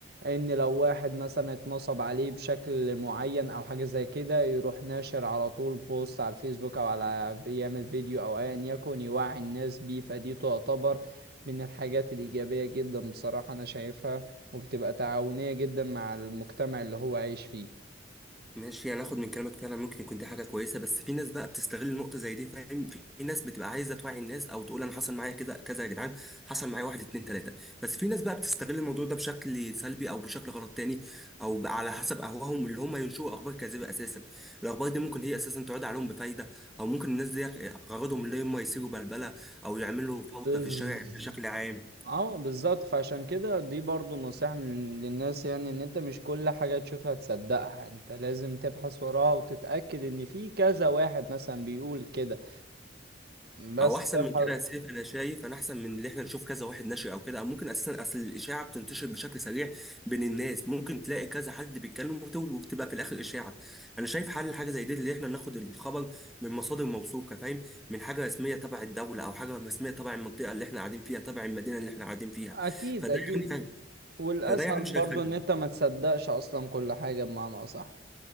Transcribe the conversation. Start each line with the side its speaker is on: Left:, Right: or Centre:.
Right: إن لو واحد مثلا اتنصب عليه بشكل معين أو حاجة زي كده يروح ناشر على طول بوست على الفيسبوك أو على يعمل فيديو أو أيا يكن يوعي الناس بيه فدي تعتبر من الحاجات الإيجابية جدا بصراحة أنا شايفها وبتبقى تعاونية جدا مع المجتمع اللي هو عايش فيه.
Centre: ماشي انا اخد من كلامك فعلا ممكن يكون دي حاجه كويسه بس في ناس بقى بتستغل النقطه زي دي فاهم في ناس بتبقى عايزه توعي الناس او تقول انا حصل معايا كذا كذا يا جدعان حصل معايا واحد اتنين تلاته بس في ناس بقى بتستغل الموضوع ده بشكل سلبي او بشكل غلط تاني او بقى على حسب اهواهم اللي هم ينشئوا اخبار كاذبه اساسا الاخبار دي ممكن هي اساسا تعود عليهم بفايده او ممكن الناس دي غرضهم اللي هم يثيروا بلبله او يعملوا فوضى
Right: بالظبط
Centre: في الشارع بشكل عام
Right: اه بالظبط فعشان كده دي برضو نصيحة من- للناس يعني ان انت مش كل حاجة تشوفها تصدقها انت لازم تبحث وراها وتتأكد ان في كذا واحد مثلا بيقول كده بس
Centre: او احسن
Right: تبحث
Centre: من كده يا سيف انا شايف انا احسن من اللي احنا نشوف كذا واحد نشري او كده او ممكن اساسا اصل الاشاعه بتنتشر بشكل سريع بين الناس ممكن تلاقي كذا حد بيتكلم وبت- وبتبقى في الاخر اشاعه انا شايف حل حاجه زي دي اللي احنا ناخد الخبر من مصادر موثوقه فاهم من حاجه رسميه تبع الدوله او حاجه رسميه تبع المنطقه اللي احنا قاعدين فيها تبع المدينه اللي احنا قاعدين فيها
Right: اكيد
Centre: فده
Right: اكيد
Centre: يعني
Right: والاسهل
Centre: فده يعني مش
Right: برضو
Centre: هيخلي
Right: ان انت ما تصدقش اصلا كل حاجة بمعنى اصح